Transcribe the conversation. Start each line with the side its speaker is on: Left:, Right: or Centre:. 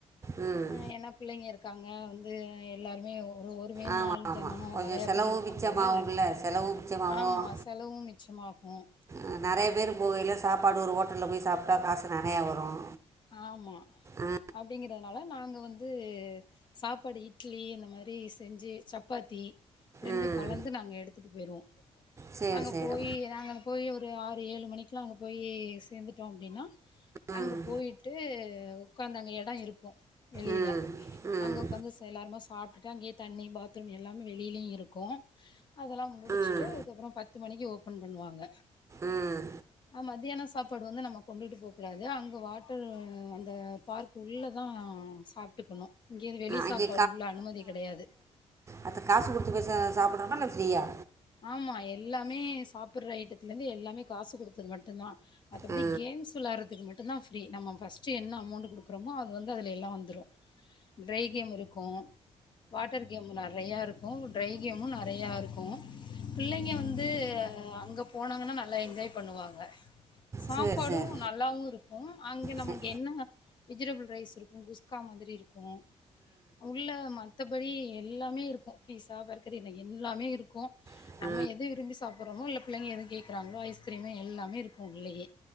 Right: உம்
Left: அ ஏன்னா பிள்ளைங்க இருக்காங்க வந்து எல்லாருமே ஒரு ஒரு வே
Right: ஆமாம்
Left: நாள்
Right: ஆமாம்
Left: ஜனமும்
Right: கொஞ்சம்
Left: நிறைய
Right: செலவு
Left: பேர் இருப்பாங்கல்ல
Right: மிச்சமாகும்ல செலவு மிச்சமாகும்
Left: ஆமா செலவும் மிச்சமா உம்
Right: அ நெறய பேர் போகையில சாப்பாடு ஒரு ஹோட்டல போய் சாப்ட்டா காசு நெறயா வரும்
Left: ஆமா
Right: ஆ
Left: அப்டிங்கிறதுனால நாங்க வந்து சாப்பாடு இட்லி இந்த மாதிரி செஞ்சு சப்பாத்தி ரெண்டும்
Right: ம்
Left: கலந்து நாங்க எடுத்துட்டு போயிருவோ
Right: சரி
Left: அங்க
Right: சரி
Left: போய் நாங்க போய் ஒரு ஆறு ஏழு மணிக்கெல்லா அங்க போய் சேர்ந்துட்டோ அப்டின்னா
Right: ம்
Left: அங்க போயிட்டு உக்காந்து அங்க இடம் இருக்கும் வெளியில
Right: ம் ம்
Left: அங்க உக்காந்து எல்லாருமே சாப்ட்டுட்டு அங்கேயே தண்ணி பாத்ரூம் எல்லாமே வெளியிலயே இருக்கும் அதெல்லா முடிச்சுட்டு
Right: ம்
Left: அதுக்கப்புறம் பத்து மணிக்கு ஓபன் பண்ணுவாங்க
Right: ம்
Left: ஆ மத்தியானம் சாப்பாடு வந்து நம்ம கொண்டுட்டு போ கூடாது அங்க வா ட்டு அந்த பார்க் உள்ள தா ஆ சாப்ட்டுக்கணு இங்கே வெளி
Right: அங்கே
Left: சாப்பாடு உள்ள அனுமதி கிடையாது
Right: அப்ப காசு குடுத்து போய் சாப்டனுமா இல்ல ஃப்ரீயா
Left: ஆமா எல்லாமே சாப்டுற ஐட்டத்துல இருந்து எல்லாமே காசு குடுத்தது மட்டும் தா மத்தபடி
Right: ஆ
Left: கேம்ஸ் விளாடுறதுக்கு மட்டும் தா ஃப்ரீ நம்ம ஃபர்ஸ்ட் ட்டு என்ன அமௌண்ட் குடுக்குறோமோ அது வந்து அதுல எல்லா வந்துரும் ட்ரை கேம் இருக்கும் வாட்டர் கேம் நிறைய இருக்கும் ட்ரை கேமு நிறைய இருக்கும் பிள்ளைங்க வந்து அங்க போனாங்கன்னா நல்லா என்ஜாய் பண்ணுவாங்க சாப்பாடும்
Right: சரி சரி
Left: நல்லாவு இருக் கும் அங்க நம்மளுக்கு
Right: சரி
Left: என்ன வெஜிடபிள் ரைஸ் இருக்கும் குஸ்கா மாதிரி இருக்கும் ம் உள்ள மத்த படி எல்லாமே இருக்கும் பீஸா பர்க்கரூ இந்த எல்லாமே இருக்கும்
Right: ஆ
Left: நம்ம எத விரம்பி சாப்புட்றமோ இல்ல பிள்ளைங்க எது கேட்கிறாங்களோ ஐஸ்கிரீமு எல்லாமே இருக்கு உள்ளயே